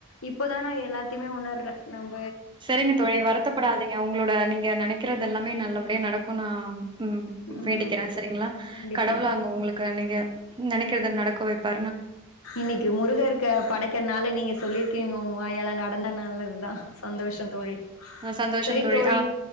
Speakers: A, on the left; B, on the right.
A: இப்பதா நா எல்லாத்தையுமே உணர்றே நம்
B: செரிங்க தோழி வருத்தப்படாதீங்க உங்களோட நீங்க நெனைக்குறது எல்லாமே நல்லபடியா நடக்கு நா ம்
A: ம்
B: வேண்டிக்கிறே சரிங்களா
A: கண்டிப்பா
B: கடவுள அவங்க உங்களுக்கு நீங்க நெனைக்கிறது நடக்கு இப்ப
A: இன்னைக்கு முருகருக்கு படைக்கறனால நீங்க சொல்லிருக்கீங்க உங்க வாயால நடந்தா நல்லதுதா சந்தோஷொ தோழி
B: சந்தோஷம்
A: செரி தோழி
B: ஆ